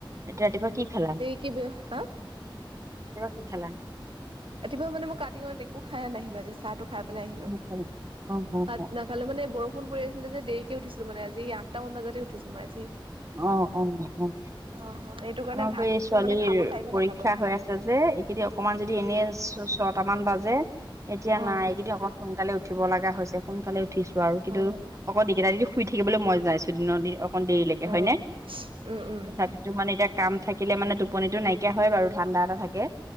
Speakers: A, on the right (about 35°); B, on the right (about 85°).
A: ৰাতিপুৱা কি খালা?
B: কিবা হা
A: কিবা কি খালা?
B: ৰাতিপুৱা মানে মই কাটি হয় দেখোঁ। খাই নাহিলো আজি চাহ টো খাই পিলাই আহিলো
A: ভাত খালা? অ অ
B: ভাত
A: অ
B: নাখালো মানে বৰষুণ পৰি আছে আছিল যে দেৰিকে উঠিছিলো মানে আজি আঠটা মান বাজাতে উঠিছো মই আজি।
A: আহ উ আহ।
B: অ', হয় এইটো কাৰণে
A: আমাৰ
B: ভাত
A: এই ছোৱালীৰ
B: মানে খাব টাইমে
A: পৰীক্ষা
B: নাপালো
A: হৈ আছে যে এইকেইদিন অকমান যদি এনে ছয়ট মান বাজে, এতিয়া
B: অ',
A: নাই এগিদিন অকনমান সোনকালে উঠিব লাগা হৈছে, সোনকালে উঠিছো আৰু কিন্তু
B: অ',
A: অকণমান কেইটা দিন শুই থাকিবলৈ মই যাইছো দিনৰ দিন অকণমান দেৰি
B: অ',
A: হয়নে
B: উম, উম,
A: তথাপিতো মানে এতিয়া কাম থাকিলে মানে টোপনিটো নাইকিয়া হয় বাৰু ধাণ্ডা এটা থাকে।